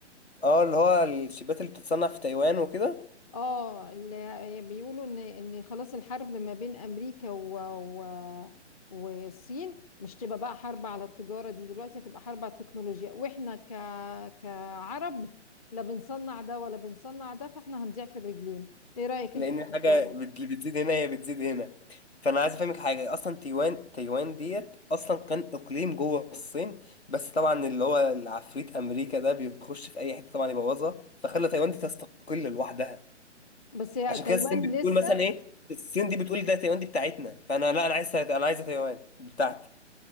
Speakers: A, on the left; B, on the left.
A: اه اللي هو الشيبات اللي بتتصنع في تايوان وكده
B: اه اللي بيقولوا ان ان خلاص الحرب ما بين امريكا و... و... والصين مش تبقى بقى حرب على التجارة دي دلوقتي هتبقى حرب على التكنولوجيا واحنا ك... كعرب لا بنصنع ده ولا بنصنع ده فاحنا هنضيع في الرجلين ايه رأيك
A: لان
B: انت في
A: اه الحاجه
B: الموضوع ده
A: بت- اللي بتزيد هنا هي بتزيد هنا فانا عايز افهمك حاجه اصلا تايوان تايوان ديت اصلا كان اقليم جوه الصين بس طبعا اللي هو العفريت امريكا ده بيخش في اي حته طبعا يبوظها فخلى تايوان دي تستقل لوحدها
B: بس هي
A: عشان
B: تايوان
A: كده الصين بتقول
B: لسه
A: مثلا ايه الصين دي بتقول ده تايوان دي بتاعتنا فانا لا انا عايز انا عايزه تايوان بتاعتي